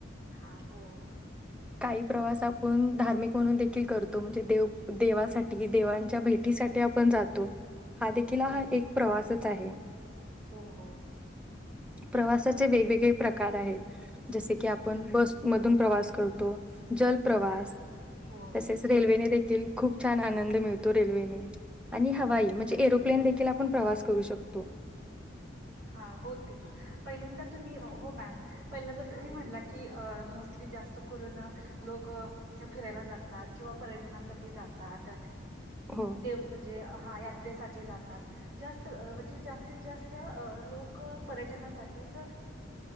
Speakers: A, on the right; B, in the centre.
A: हा हो
B: काही प्रवास आपण धार्मिक म्हणून देखील करतो म्हणजे देव देवासाठी देवांच्या भेटीसाठी आपण जातो हा देखील हा
A: हो हो
B: एक प्रवासच आहे
A: हो हो
B: प्रवासाचे वेगवेग प्रकार आहे. जसे की आपण बसमधून प्रवास करतो. जलप्रवास
A: हा हो
B: तसेच रेल्वेने देखील खूप छान आनंद मिळतो रेल्वेने आणि
A: हो
B: हवाई
A: हो
B: म्हणजे एरोप्लेन देखील आप आपण प्रवास करू शकतो.
A: हा हो ते पहिल्यांदा तुम्ही हो मॅम पहिल्यांदा तुम्ही म्हणला की अ मोस्टली जास्त करून लोक फिरायला जातात किंवा पर्यटनासाठी जातात
B: हो
A: देव म्हणजे हा यात्रेसाठी जास्त म्हणजे जास्तीत जास्त अ लोक पर्यटनासाठीच